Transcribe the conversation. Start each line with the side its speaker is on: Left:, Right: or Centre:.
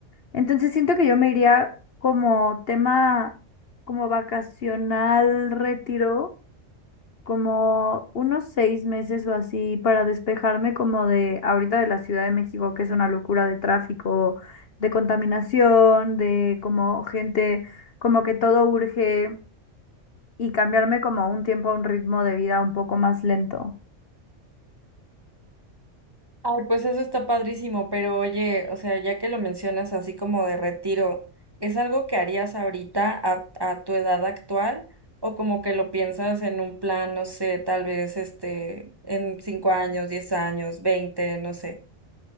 Left: Entonces siento que yo me iría como tema, como vacacional, retiro, como unos seis meses o así para despejarme como de ahorita de la Ciudad de México, que es una locura de tráfico, de contaminación, de como gente, como que todo urge y cambiarme como a un tiempo, a un ritmo de vida un poco más lento.
Right: Ay, pues eso está padrísimo, pero oye, o sea, ya que lo mencionas así como de retiro, ¿es algo que harías ahorita a, a tu edad actual o como que lo piensas en un plan, no sé, tal vez este, en cinco años, diez años, veinte, no sé?